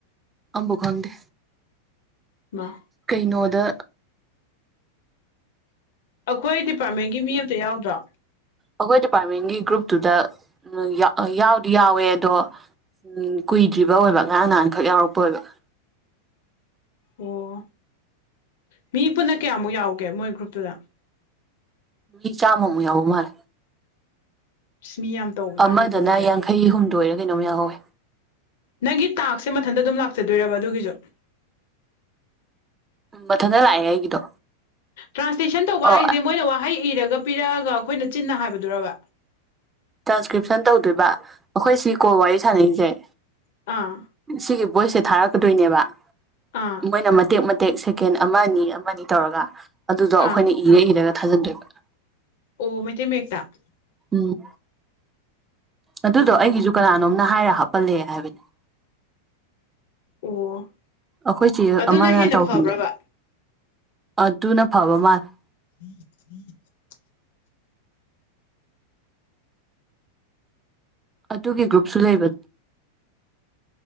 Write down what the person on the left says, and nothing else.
ꯕꯥ
ꯑꯩꯈꯣꯏ ꯗꯤꯄꯥꯔꯠꯃꯦꯟꯒꯤ ꯃꯤ ꯑꯝꯇ ꯌꯥꯎꯗ꯭ꯔꯣ?
ꯑꯣ ꯃꯤ ꯄꯨꯟꯅ ꯀꯌꯥꯃꯨꯛ ꯌꯥꯎꯒꯦ ꯃꯣꯏ ꯒ꯭ꯔꯨꯞꯇꯨꯗ?
ꯏꯁ ꯃꯤ ꯌꯥꯝ ꯇꯧꯕꯖꯥꯠꯅꯤꯀꯣ
ꯑꯗꯨꯗꯤ
ꯅꯪꯒꯤ ꯇꯥꯛꯁꯦ ꯃꯊꯟꯇ ꯑꯗꯨꯝ ꯂꯥꯛꯆꯗꯣꯏꯔꯕ ꯑꯗꯨꯒꯤꯁꯨ?
ꯇ꯭ꯔꯥꯟꯁꯇ‌ꯦꯟ ꯇꯧꯕ
ꯍꯥꯏꯁꯦ ꯃꯣꯏꯅ ꯋꯥꯍꯩ ꯏꯔꯒ ꯄꯤꯔꯛꯑꯒ ꯑꯩꯈꯣꯏꯅ ꯆꯤꯟꯅ ꯍꯥꯏꯕꯗꯨꯔꯕ?
ꯑꯥ
ꯑꯥ
ꯑꯥ
ꯑꯣ ꯃꯩꯇꯩ ꯃꯌ‌ꯦꯛꯇ ꯫
ꯑꯣ
ꯑꯣ
ꯑꯗꯨꯅ
ꯍꯦꯟꯅ
ꯐꯕ꯭ꯔꯕ
<inaudible>